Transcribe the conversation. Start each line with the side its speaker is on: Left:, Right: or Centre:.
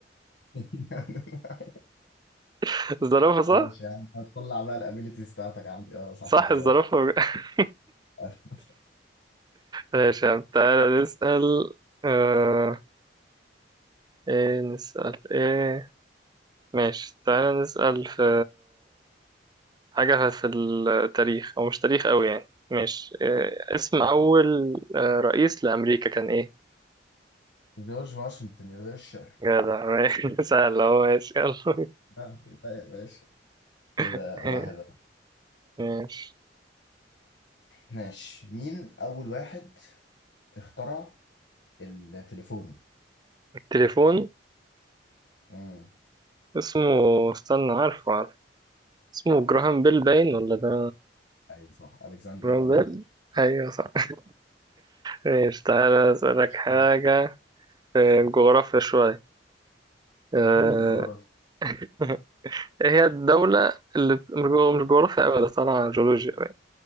Left: <laughs>
Right: <laughs> الزرافة صح؟
Left: ماشي يا عم هتطلع بقى الابيليتيز بتاعتك عندي اه صح
Right: صح
Left: زرافه
Right: الزرافة <laughs>
Left: <laughs>
Right: ماشي يا عم تعالى نسأل آه... ايه نسأل ايه ماشي تعالى نسأل في حاجة في التاريخ أو مش تاريخ أوي يعني ماشي إيه اسم أول آه، رئيس لأمريكا كان ايه؟
Left: جورج واشنطن يا باشا
Right: جدع ماشي <laughs> سهل أهو ماشي يلا
Left: آه، لا يا باشا كده
Right: <laughs>
Left: واحد واحد
Right: ماشي
Left: ماشي مين أول واحد اخترع التليفون؟
Right: التليفون
Left: امم
Right: اسمه استنى عارفه اسمه جراهام بيل باين ولا ده
Left: أيوة صح ألكسندر
Right: جراهام
Left: جراهام
Right: بيل
Left: بيل
Right: ايوه صح <laughs> ماشي تعالى اسألك حاجة
Left: آه.
Right: في الجغرافيا شوية آه،
Left: اديني في الجغرافيا
Right: <laughs> ايه هي الدولة اللي بت- مش جو- مش جغرافيا أبدا طالعة جيولوجيا باين